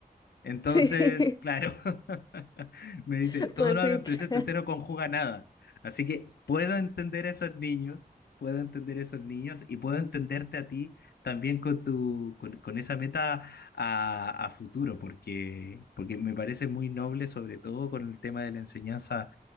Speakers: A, on the left; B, on the left.
A: Entonces,
B: <laughs> sí,
A: claro, <laughs> me dice,
B: <laughs>
A: todo
B: pues
A: lo
B: sí.
A: habla en
B: claro.
A: presente, usted no conjuga nada. Así que puedo entender a esos niños, puedo entender a esos niños y puedo entenderte a ti también con tu, con, con esa meta a, a futuro, porque, porque me parece muy noble, sobre todo con el tema de la enseñanza